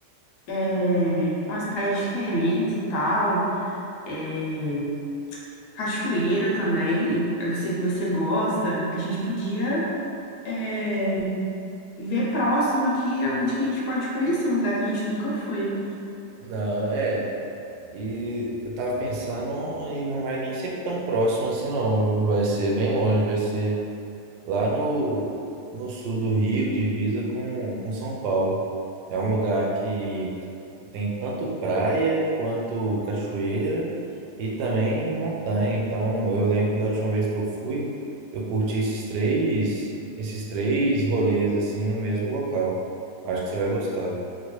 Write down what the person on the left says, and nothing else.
é, umas praias diferentes e tal. É, cachoeira também. Eu sei que você gosta. A gente podia, é, ver próximo aqui onde que a gente pode conhecer um lugar que a gente nunca foi.